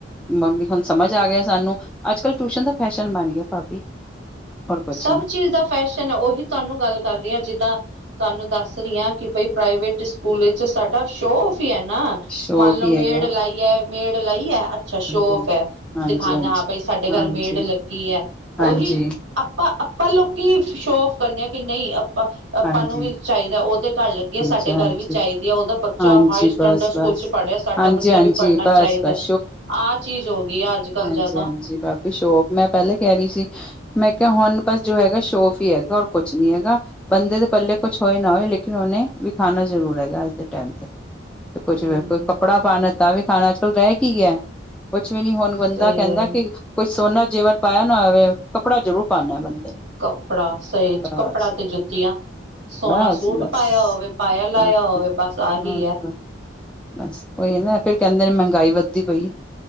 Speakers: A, in the centre; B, on the right.
A: ਮੰਮੀ ਹੁਣ ਸਮਝ ਆ ਗਿਆ ਸਾਨੂੰ। ਅੱਜ ਕੱਲ੍ਹ ਟਿਊਸ਼ਨ ਦਾ ਫੈਸ਼ਨ ਬਣ ਗਿਆ ਭਾਬੀ। ਹੋਰ ਕੁਛ
B: ਸਭ
A: ਨੀ
B: ਚੀਜ਼ ਦਾ ਫੈਸ਼ਨ ਹੈ। ਉਹੀ ਤੁਹਾਨੂੰ ਗੱਲ ਕਰ ਰਹੀ ਹਾਂ ਜਿੱਦਾਂ ਤੁਹਾਨੂੰ ਦੱਸ ਰਹੀ ਹਾਂ ਕਿ, ਬਈ ਪ੍ਰਾਈਵੇਟ ਸਕੂਲ ਚ ਸਾਡਾ ਸ਼ੋ-ਔਫ ਹੀ ਹੈ ਨਾ।
A: ਸ਼ੋਅ
B: ਮੰਨ ਲਓ
A: ਵੀ
B: ਮੇਡ
A: ਹੈਗਾ
B: ਲਾਈ ਐ। ਮੇਡ ਲਾਈ ਐ ਅੱਛਾ। ਸ਼ੋ-ਔਫ
A: ਹਾਂਜੀ-ਹਾਂਜੀ,
B: ਹੈ,
A: ਹਾਂਜੀ-ਹਾਂਜੀ,
B: ਦਿਖਾਣਾ ਹਾਂ, ਬਈ ਸਾਡੇ
A: ਹਾਂਜੀ,
B: ਘਰ ਮੇਡ ਲੱਗੀ ਹੈ। ਉਹੀ
A: ਹਾਂਜੀ,
B: ਆਪ-ਆਪਾਂ ਲੋਕੀ ਸ਼ੋ-ਆਫ ਕਰਨੇ ਆ ਕਿ ਨਹੀਂ ਆਪਾਂ
A: ਹਾਂਜੀ,
B: ਨੂੰ ਵੀ ਚਾਹੀਦਾ। ਉਹਦੇ ਘਰ ਲੱਗੇ ਆ
A: ਹਾਂਜੀ,
B: ਸਾਡੇ
A: ਹਾਂਜੀ,
B: ਘਰ ਵੀ ਚਾਹੀਦੀ ਆ ਉਹਦਾ ਬੱਚਾ
A: ਹਾਂਜੀ
B: ਹਾਈ ਸਟੈਂਡਰਡ
A: ਬਸ-ਬਸ
B: ਸਕੂਲ ਚ ਪੜ੍ਹ ਰਿਹਾ। ਸਾਡਾ
A: ਹਾਂਜੀ-ਹਾਂਜੀ
B: ਬੱਚਾ ਵੀ ਪੜ੍ਹਨਾ ਚਾਹੀਦਾ।
A: ਬਸ-ਬਸ
B: ਆਹ ਚੀਜ਼ ਹੋ ਗਈ ਆ ਅੱਜ ਕੱਲ੍ਹ
A: ਹਾਂਜੀ
B: ਜ਼ਿਆਦਾ
A: ਹਾਂਜੀ। ਵਾਕੀ ਸ਼ੋ-ਔਫ ਮੈਂ ਪਹਿਲੇ ਕਹਿ ਰਹੀ ਸੀ। ਮੈਂ ਕਿਹਾ ਹੁਣ ਬਸ ਜੋ ਹੈਗਾ ਸ਼ੋ-ਔਫ ਹੀ ਹੈਗਾ। ਔਰ ਕੁਛ ਨੀ ਹੈਗਾ। ਬੰਦੇ ਦੇ ਪੱਲੇ ਕੁਛ ਹੋਏ ਨਾ ਹੋਏ। ਲੇਕਿਨ ਉਹਨੇ ਵਿਖਾਣਾ ਜ਼ਰੂਰ ਹੈਗਾ, ਹੱਦ ਹੈ। ਤਾਈ ਤੇ, ਕੁਛ
B: ਹਮ
A: ਬਿਲਕੁਲ ਕੱਪੜਾ ਪਾਣਾ ਤਾਂ ਵੀ ਖਾਣਾ ਅੱਜ ਕੱਲ ਰਹਿ ਕੀ ਗਿਆ। ਕੁਛ ਵੀ ਨੀ ਹੁਣ ਬੰਦਾ
B: ਸਹੀ
A: ਕਹਿੰਦਾ
B: ਗੱਲ
A: ਕੀ, ਕੋਈ ਸੋਨਾ ਜੇਵਰ ਪਾਇਆ ਨਾ ਹੋਵੇ ਕੱਪੜਾ ਜ਼ਰੂਰ ਪਾੜਾ ਐ, ਬੰਦੇ ਨੇ
B: ਕੱਪੜਾ ਸਹੀ
A: ਬਸ
B: ਕੱਪੜਾ ਤੇ ਜੁੱਤੀਆਂ ਸੋਹਣਾ
A: ਬਸ
B: ਸੂਟ
A: ਬਸ
B: ਪਾਇਆ ਹੋਵੇ ਪਾਇਆ ਲਾਇਆ
A: ਬਸ
B: ਹੋਵੇ
A: ਬਸ
B: ਆਹੀ ਹੈ
A: ਬ ਸ-ਬਸ ਉਹੀ ਨਾ ਫੇਰ ਕਹਿੰਦੇ ਨੇ ਮਹਿੰਗਾਈ ਵੱਧਦੀ ਪਈ ਏ।